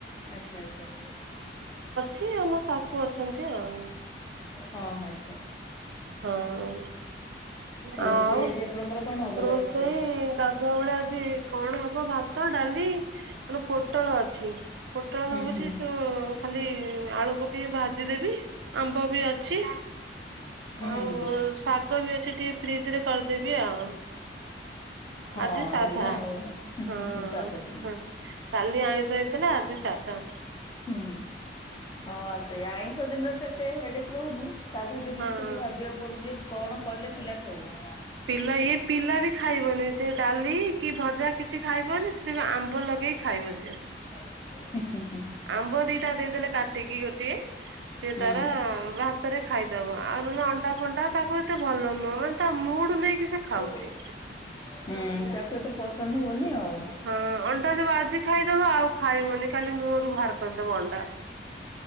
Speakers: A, on the left; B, on the right.
A: ଆଚ୍ଛା ଆଚ୍ଛା।
B: ଛି ଆଉ ମୋ ଶାଶୁ ଅଛନ୍ତି ଆଉ।
A: ହଁ ଆଚ୍ଛା।
B: ହଁ ଆଉ
A: ରୋଷେଇ ଆଜି ଆପଣଙ୍କର କଣ ହବ?
B: ରୋଷେଇ
A: ଲଞ୍ଚ ରେ?
B: ଗାଧୁଆ ବେଳେ ଆଜି କଣ ହବ ଭାତ ଡାଲି ମାନେ ପୋଟଳ ଅଛି ପୋଟଳ
A: ହୁଁ
B: ଭାବୁଚି
A: ହୁଁ
B: ସୁଁ ଖାଲି ଆଳୁ ପକେଇକି ଭାଜିଦେବି ଆମ୍ବ ବି ଅଛି।
A: ହୁଁ
B: ଆଉ ଶାଗ ବି ଅଛି ଟିକେ ଫ୍ରିଜ ରେ କରିଦେବି ଆଉ।
A: ହଁ
B: ଆଜି ସାଧା
A: ହେଲା ଆଉ ହୁଁ ହୁଁ
B: ହଁ
A: ହୁଁ ସାଧା ଦିନ।
B: ହ। କାଲି ଆଇଁଷ ହେଇଥିଲା ଆଜି ସାଧା।
A: ହୁଁ ହଁ ସେ ଆଇଁଷ ଦିନରେ ତ ଏତେ ହେଡେକ୍ ରହୁନି ସାଧା ଦିନରେ
B: ହଁ।
A: ଟିକେ ଭାବିବାକୁ ପଡୁଚି ଯେ କଣ କଲେ ପିଲା ଖାଇବେ।
B: ପିଲା ଇଏ ପିଲା ବି ଖାଇବନି ସେ ଡାଲି କି ଭଜା କିଛି ଖାଇବନି ସେ କଣ ଆମ୍ବ ଲଗେଇକି ଖାଇବ ସିଏ।
A: ହୁଁ ହୁଁ।
B: ଆମ୍ବ ଦିଟା ଦେଇଦେଲେ କାଟିକି ଗୋଟିଏ ସିଏ
A: ହୁଁ
B: ତାର ଭା ତରେ ଖାଇଦବ ଆଉ ନହେଲେ ଅଣ୍ଡା ଫଣ୍ଡା ତାକୁ ଏତେ ଭଲ ନୁହଁ ମାନେ ତା ମୁଡୁ ନେଇକି ସେ ଖାଉଚି।
A: ହୁଁ ହୁଁ ତାକୁ ଏତେ ପସନ୍ଦ ହଉନି ଆଉ।
B: ହଁ ଅଣ୍ଡା ଯୁ ଆଜି ଖାଇଦବ ଆଉ ଖାଇବନି ଖାଲି ମୁହଁରୁ ବାହାର କରିଦବ ଅଣ୍ଡା।